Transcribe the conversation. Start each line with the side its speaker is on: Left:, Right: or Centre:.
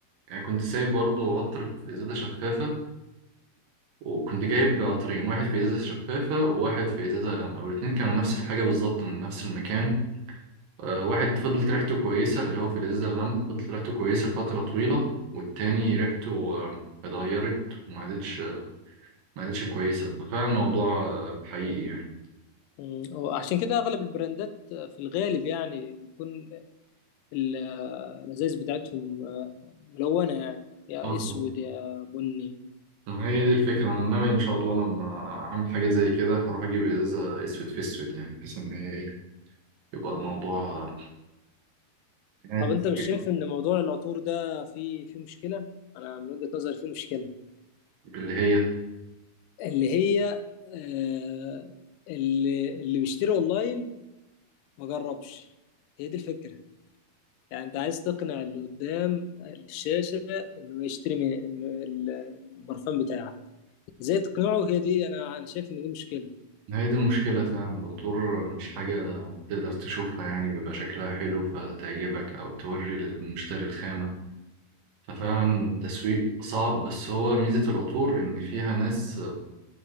Right: يعني كنت سايب برضو عطر في إزازة شفافة وكنت جايب عطرين واحد في إزازة شفافة وواحد في إزازة غامقة والاتنين كانوا نفس الحاجة بالظبط من نفس المكان آه، واحد فضلت ريحته كويسة اللي هو في الإزازة الغامقة فضلت ريحته كويسة لفترة طويلة والتاني ريحته آه، اتغيرت وما عادتش ما عادتش كويسة ففعلا الموضوع آه، حقيقي يعني
Left: مم. هو عشان كده أغلب البراندات في الغالب يعني بيكون ال- الأزايز بتاعتهم آه، ملونة يعني يا
Right: آه.
Left: أسود يا بني
Right: هي دي الفكرة أنا ناوي إن شاء الله لما أعمل حاجة زي كده هروح أجيب إزازة أسود في أسود يعني بحيث إن هي إيه يبقى الموضوع نهاية-
Left: طب أنت مش شايف إن موضوع العطور ده فيه فيه مشكلة؟ أنا من وجهة نظري فيه مشكلة
Right: اللي هي
Left: اللي هي آه، اللي اللي بيشتري أونلاين ما جربش هي دي الفكرة يعني انت عايز تقنع اللي قدام الشاشة انه يشتري من من ال- البرفان بتاعك ازاي تقنعه هي دي انا انا شايف ان دي مشكلة
Right: هي دي المشكلة فعلا العطور مش حاجة تقدر تشوفها يعني ويبقى شكلها حلو فتعجبك أو توري للمشتري الخامة ففعلا التسويق صعب بس هو ميزة العطور إن فيها ناس